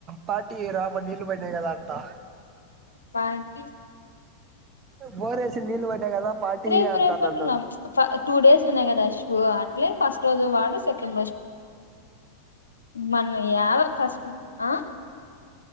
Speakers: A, on the right; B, on the left.
A: పార్టీ రాబ నీళ్లు పన్నాయి కదా ట
B: పార్కి
A: బోరేసిన్ నీళ్లు పడ్డాయి కదా పార్టీ
B: రేపు
A: అంటా
B: రేపు పొద్దున
A: నన్ను
B: ఫ టూ డేస్ తున్నయి కదా శూ అట్లే ఫస్ట్ రోజు వాడు సెకండ్ రోజు మన యావో ఫస్ట్ ఆ